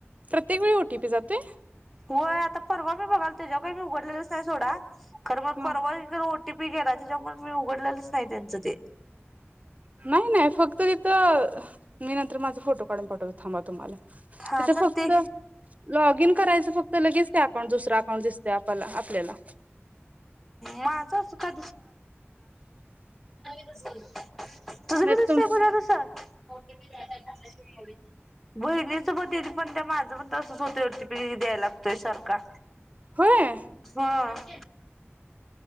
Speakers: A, on the right (about 35°); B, in the centre.
A: प्रत्येक वेळी ओटीपी जातोय?
B: होय आता परवा मी बघालतो तेज्यावर काय मी उघडलेललेच नाही सोडा. खर म
A: हा
B: परवा हेज्यावर ओ ट टी पी गेला त्याच्यामुळ मी उघडलेलंच नाही त्यांचं ते
A: नाही, नाही, फक्त तिथं अ मी नंतर माझ फोटो काढून पाठवतो. थांबा तुम्हाला.
B: हा
A: तिथं
B: जर
A: फक्त
B: ते
A: लॉग इन करायचं फक तर लगेच ते अकाउंट, दुसराअकाउंट, दिसतय आपाला आपल्याला
B: माझं असं का <unintelligible> तुझ
A: नाही
B: बी दिसतय
A: तुमचं
B: पूजा तस बघितलीस. हो दिदी, म्हणतीया माझं पण तसंच होतय ओ टी ते द्याय लागतोय सारखा
A: होय
B: ह. <unintelligible>